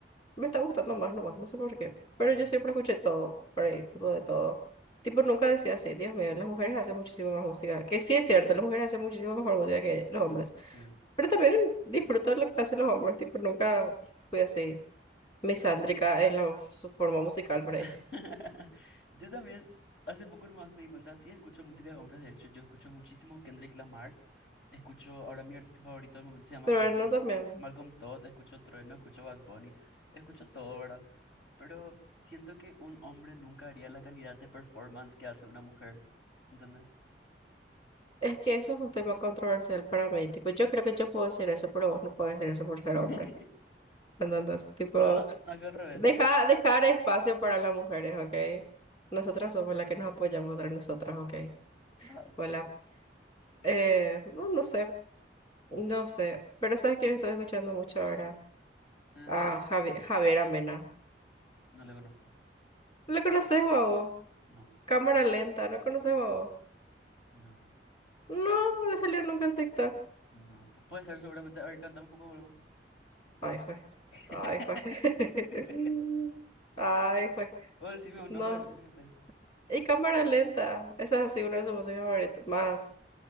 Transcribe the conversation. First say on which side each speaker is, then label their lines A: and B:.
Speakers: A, on the left (about 30°); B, on the left (about 80°).
A: me está gustando más nomás, no sé por qué. Pero
B: ujú.
A: yo siempre escuché todo, por ahí, tipo de todo. Tipo, nunca decía así, Dios mío, las mujeres hacen muchísimo más música. Que sí es cierto, las mujeres hacen muchísimo mejor música que los
B: Sí,
A: hombres.
B: sí.
A: Pero también disfruto de lo que hacen los hombres, tipo, nunca fui así misándrica
B: Yo,
A: en la, su forma musical por ahí.
B: <laughs> yo también, hace poco nomás me di cuenta, sí escucho música de hombres, de hecho, yo escucho muchísimo Kendrick Lamar, Escucho ahora mi artista favorito del momento se llama
A: Pero
B: Malcolm,
A: no también.
B: Malcolm Todd, escucho Trueno, escucho Bad Bunny, escucho todo, ¿verdad? Pero siento que un hombre nunca haría la calidad de performance que hace una mujer, ¿entendés?
A: Es que eso es un tema controversial para mí. Tipo, yo creo que yo puedo decir eso, pero vos no puedes decir eso por
B: <laughs>
A: ser hombre. Entonces, tipo,
B: No, no, no vio al revés.
A: Deja, dejar espacio para las mujeres, ¿ok? Nosotras somos las que nos apoyamos entre nosotras, ¿ok?
B: Ah,
A: Hola. Eh, no, no sé, no sé. Pero ¿sabes quién estoy escuchando mucho ahora?
B: eh,
A: A Javi, Javier Amena.
B: no le conozco.
A: ¿Lo conoces, babo?
B: No,
A: Cámara lenta, ¿no conoces, babo?
B: no,
A: No, no salió nunca en TikTok.
B: no. Pu- puede ser seguramente. A ver, cántame un poco algo.
A: Ay, juez.
B: <laughs>
A: Ay, juez. <laughs> Ay, juez.
B: O decime un
A: No.
B: nombre, yo qué sé.
A: Y cámara lenta. Esa es así una de sus músicas favoritas. Más.